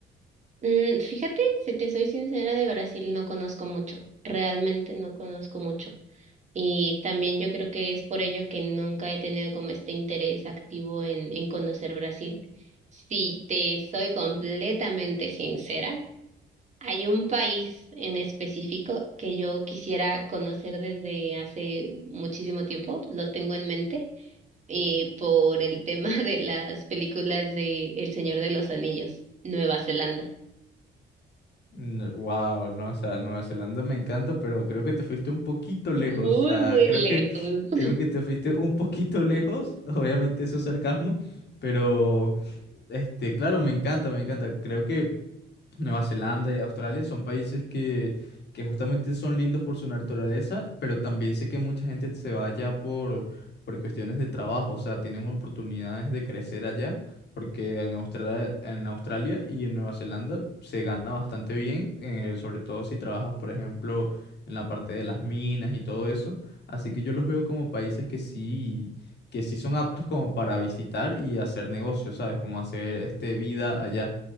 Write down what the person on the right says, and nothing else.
Mm, fíjate, si te soy sincera, de Brasil no conozco mucho, realmente no conozco mucho. Y también yo creo que es por ello que nunca he tenido como este interés activo en, en conocer Brasil. Si te soy completamente sincera, hay un país en específico que yo quisiera conocer desde hace muchísimo tiempo, lo tengo en mente, eh, por el tema <laughs> de las películas de El Señor de los Anillos, Nueva Zelanda.
Muy,
muy
lejos.